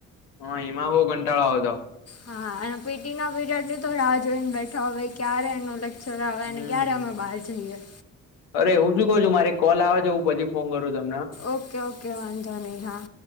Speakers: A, on the left; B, on the left.
A: હા એમા બઉ કંટાળો આવતો.
B: હા હા અને પીટીનો પીરિયડ લીધો રાહ જોઈને બેઠો હવે ક્યારે એનો લેક ચલો હવે
A: હમ
B: એને ક્યારે
A: હમ
B: અમે બહાર જઈએ.
A: અરે હું શું કઉ છું મારે કોલ આવે છે હું પછી ફોન કરું તમ
B: ઓકે ઓકે વાંધો નહી હા.